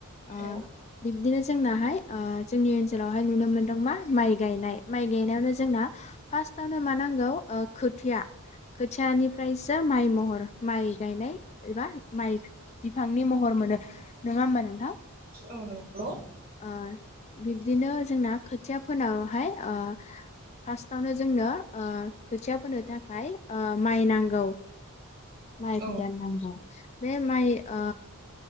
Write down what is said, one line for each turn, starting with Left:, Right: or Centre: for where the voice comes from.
Left: आ
Right: औ
Left: बिबदिनो जोंनाहाय ओ जोंनि ओन सोलावहाय नुनो मोन्दों मा माइ गायनाय माइ गायनायावनो जोंना फार्स्टावनो मा नांगौ खोथिया खोथियानिफ्रायसो माइ म हर माइ गायनाय एबा माइ बिफांनि महर मोनो नङा होमबा नोंथां
Right: औ नंगौ
Left: ओ बिब्दिनो जोंना खोथियाफोनावहाय आ फार्स्टावनो जोंनो आ खोथिया फोनो थाखाय ओ माइ नांगौ। माइ बिदान
Right: औ
Left: नांगौ बे माइ आ